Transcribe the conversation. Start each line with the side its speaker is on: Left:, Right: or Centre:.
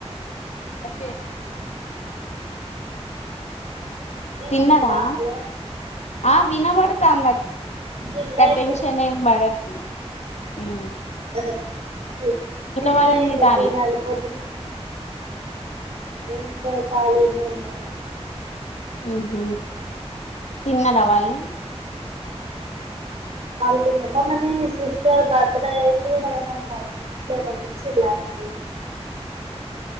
Left: దక్కే
Right: ఏమైందిరా
Left: తిన్నరా
Right: హలో
Left: ఆ వినబతాంది అక్
Right: తిన్లే
Left: గా
Right: ఇంకా
Left: టెన్షన్ ఏం బడకు ఉ
Right: తి తిండ్లే
Left: వాళ్ళు ఏం
Right: ఇంకా
Left: చేత్తాళ్ళు
Right: తినాలి పొద్దున ఏం లేదు ఖాళీనే ఇంగా
Left: ఊహు తిన్నారా వాళ్ళు
Right: <inaudible> వాళ్ళు తిన్నా మొన్న మీ సిస్టర్ బర్త్డే అయింది కదా ఏమన్నా అండి ఏమన్నా ఇచ్చిల్లా మరి